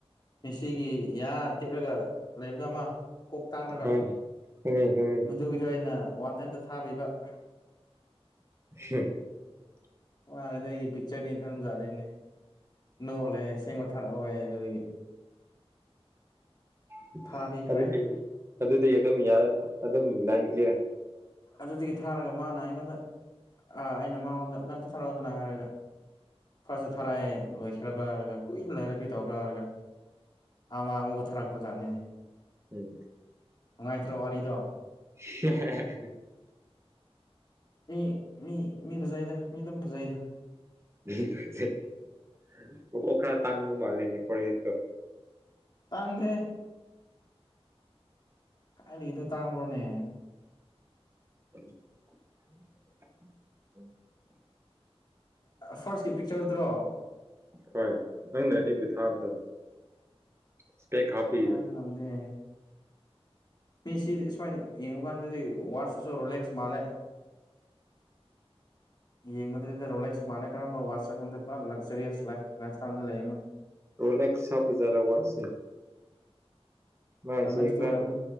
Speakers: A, on the left; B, on the right.
A: ꯃꯦꯁꯤꯒꯤ ꯌꯥ ꯇꯦꯛꯑꯒ ꯂꯩꯕꯗ ꯑꯃ ꯀꯣꯛ ꯇꯥꯡꯂꯒ
B: ꯈꯪꯉꯦ ꯈꯪꯉꯦ
A: ꯃꯗꯨꯗꯩꯅ ꯋꯥꯟ ꯊꯥꯕꯤꯕ
B: <unintelligible>
A: ꯋꯥꯅ ꯅꯪꯒꯤ ꯄꯤꯛꯆꯔꯅꯤ ꯈꯔꯝꯖꯥꯠꯅꯤꯅꯦ ꯅꯣꯂꯦ ꯁꯦꯡꯕ ꯊꯥꯔꯛꯑꯣꯦ ꯑꯗꯨꯗꯒꯤ
B: <unintelligible>
A: ꯊꯥꯕꯤꯈ꯭ꯔꯦ
B: ꯑꯗꯨꯗꯤ ꯑꯗꯨꯗꯤ ꯑꯗꯨꯝ ꯌꯥ ꯑꯗꯨꯝ ꯂꯥꯏꯟꯗꯦ
A: ꯑꯗꯨꯗꯒꯤ ꯊꯥꯔꯒ ꯃꯥꯅ ꯑꯩꯉꯣꯟꯗ ꯑꯩꯅ ꯃꯥꯉꯣꯟꯗ ꯅꯪꯛꯇ ꯊꯥꯔꯛꯑꯣꯗꯅ ꯍꯥꯏꯔꯒ ꯐꯥꯔꯁꯇ ꯊꯥꯔꯛꯑꯦ ꯂꯣꯏꯈ꯭ꯔꯕ꯭ꯔꯥ ꯍꯥꯏꯔꯒ ꯀꯨꯏꯅ ꯂꯩꯔ ꯀꯩ ꯇꯧꯕ꯭ꯔꯥ ꯍꯥꯏꯔꯒ ꯑꯃ ꯑꯃꯒ ꯊꯥꯔꯛꯄ ꯖꯥꯠꯅꯤꯅꯦ
B: ꯎꯝ
A: ꯅꯨꯡꯉꯥꯏꯇ꯭ꯔꯣ ꯋꯥꯔꯤꯗꯣ
B: <unintelligible>
A: ꯃꯤ ꯃꯤ ꯃꯤ ꯗ ꯃꯤ ꯑꯗꯨꯝ ꯐꯖꯩꯗ
B: <unintelligible> ꯃꯀꯣꯛꯈꯔ ꯇꯥꯡꯕ ꯃꯥꯜꯂꯤꯅꯦ ꯀꯣꯛꯌꯦꯠꯇꯣ
A: ꯇꯥꯡꯗꯦ ꯀꯥꯏꯂꯤꯗꯣ ꯇꯥꯡꯕ꯭ꯔꯣꯅꯦ
B: <unintelligible>
A: ꯐꯥꯔꯁꯀꯤ ꯄꯤꯛꯆꯔꯗ꯭ꯔꯣ
B: ꯍꯣꯏ ꯅꯪꯅ ꯑꯩꯕꯨ ꯊꯥꯕꯗꯣ ꯏꯁꯄꯦꯛ ꯍꯥꯞꯄꯤꯗꯣ
A: ꯑꯗꯨ ꯉꯗꯦ ꯃꯤ ꯁꯤꯗꯤ ꯁꯨꯃꯥꯏꯅ ꯌꯦꯡꯉꯨꯀꯥꯟꯗꯗꯤ ꯋꯥꯇꯁꯨ ꯔꯤꯂꯦꯛꯁ ꯃꯥꯜꯂꯦ ꯌꯦꯡ ꯃꯗ꯭ꯔꯗ ꯔꯣꯂꯦꯛꯁ ꯃꯥꯅ ꯀ꯭ꯔꯝ ꯋꯥ ꯗ ꯄꯨꯔ ꯂꯛꯖꯔꯤꯌꯥꯁ ꯂꯥꯏ ꯏꯁꯇ ꯂꯩ
B: ꯔꯣꯂꯛꯁ ꯁꯄꯖꯔꯥ ꯋꯥꯠꯁ ꯃꯥꯁꯦ
A: ꯔꯣꯂꯦꯛꯁꯇꯨ
B: ꯈꯔ
A: ꯑꯣꯏꯔꯝꯃ